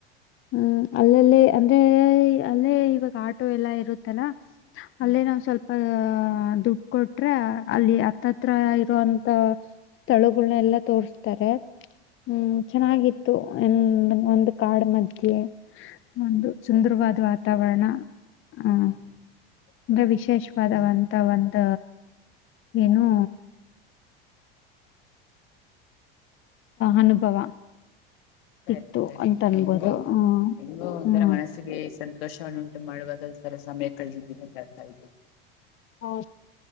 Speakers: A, on the left; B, on the left.
A: ಹ್ಮ್ ಅಲ್ಲಲ್ಲೇ ಅಂದ್ರೆ ಅಲ್ಲೇ ಇವಾಗ ಆಟೋ ಎಲ್ಲಾ ಇರುತ್ತೆ.
B: ಹ್ಮ್
A: ಅಲ್ಲೇ ನಾವು ಸ್ವಲ್ಪ. ಆಹ ದುಡ್ಡು ಕೊಟ್ರೆ ಅಲ್ಲಿ ಹತ್ತತ್ರ ಇರೋಂತ. ಸ್ಥಳುಗಳನ್ನ ಎಲ್ಲ ತೋರ್ಸ್ತಾರೆ. ಹ್ಮ್ ಚೆನ್ನಾಗಿತ್ತು
B: ಹಾ
A: ಇತ್ತು ಒಂದು ಕಾಡ್ ಮಧ್ಯೆ. ಒಂದು ಸುಂದರವಾದ
B: ಸರಿ ಸರಿ
A: ವಾತಾವರಣ
B: ಸರಿ
A: ಆಹ
B: ಹ್ಮ್
A: ಅಂದ್ರೆ ವಿಶೇಷ. ಪದವಂತ
B: ಹ್ಮ್
A: ಒಂದ ಏನು. ಅನುಭವ.
B: ಸರಿ
A: ಸಿಕ್ತು
B: ಸರಿ
A: ಅಂತ ಅನ್ಬೋದು
B: ಹೆಂಗೋ
A: ಹ್ಮ್
B: ಹೆಂಗೋ ಒಂಥರ
A: ಹ್ಮ್
B: ಮನಸ್ಸ ಸಂತೋಷವನ್ನು ಉಂಟು ಮಾಡುವಸರ ಸಮಯ ಕಳದಿದ್ದೀರಡ್ತಾ ಇದು.
A: ಹೌ.